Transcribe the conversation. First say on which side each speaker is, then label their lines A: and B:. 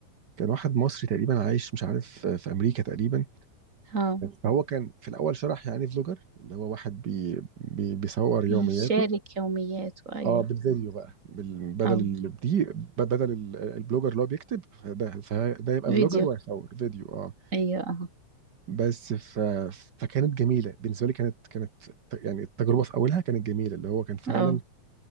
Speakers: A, on the right (about 55°); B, on the right (about 25°).
A: كان واحد مصري تقريبا عايش مش عارف في امريكا تقريبا
B: اه
A: فهو كان في الاول شرح يعني ايه فلوجر اللي هو واحد بي بي بيصور يومياته
B: بيشارك يومياته ايوه
A: اه بالفيديو بقى بال- بدل
B: اه
A: ال- دي ب- بدل ال- البلوجر اللي هو بيكتب فده فده يبقى
B: فيديو
A: فلوجر ويصور فيديو اه
B: ايوه اه
A: بس ف فكانت جميله بالنسبه لي كانت كانت ت- يعني التجربه في اولها كانت جميله اللي هو كان فعلا
B: اه